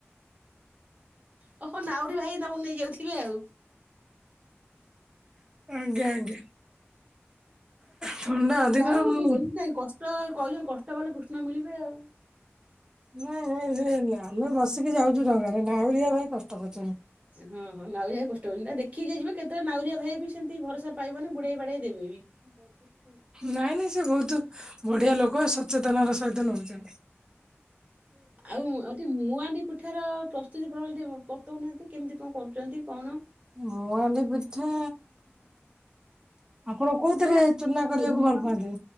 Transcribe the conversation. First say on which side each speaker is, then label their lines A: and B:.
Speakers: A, on the right; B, on the right.
A: ଓ ହୋ ନାଉରୀ ଭାଇ ତମକୁ ନେଇଯାଉଥିବେ ଆଉ।
B: ଆଜ୍ଞା ଆଜ୍ଞା। ଥଣ୍ଡା ଅଧିକରୁ
A: ଯାଉଠୁ
B: ମୁଁ
A: ଏମତି ନାଇଁ କଷ୍ଟ କହିଲ କଷ୍ଟ କଲେ କୃଷ୍ଣ ମିଳିବେ ଆଉ।
B: ନାଇଁ ନାଇଁ <unintelligible> ଆମେ ବସିକି ଯାଉଛୁ ଡଙ୍ଗାରେ ନାଉରଆ ଭାଇ କଷ୍ଟ କରୁଛନ୍ତି।
A: ହଁ ହଁ ନାଉରିଆ କଷ୍ଟ ହଉନି ନା ଦେଖିକି ଟିକେ ଯିବେ କେତେବେଳେ ନାଉରୀଆ ଭାଇ ବି ସେମିତି ଭରସା ପାଇବନି ବୁଡେଇ ବାଡେଇ ଦେବେ ବି। <unintelligible>
B: ନାଇଁ ନାଇଁ ସେ ବହୁତ ବଢିଆ ଲୋକ ସଚେତନ ର ସହିତ ନେଉଛନ୍ତି।
A: ଆଉ ଆଉଠି ମୁଁଆଣ୍ଡିି ପିଠାର ପ୍ରସ୍ତୁତି ପ୍ରଣାଳୀ ଟିକେ ବତଉ ନାହାନ୍ତି କେମିତି କଣ କରୁଛନ୍ତି କଣ?
B: ମୁଆନ୍ତି ପିଠା ଆପଣ କୋଉଥିରେ
A: ନା ନା
B: ଚୁନା କରିବାକୁ ଭଲ ପାଆନ୍ତି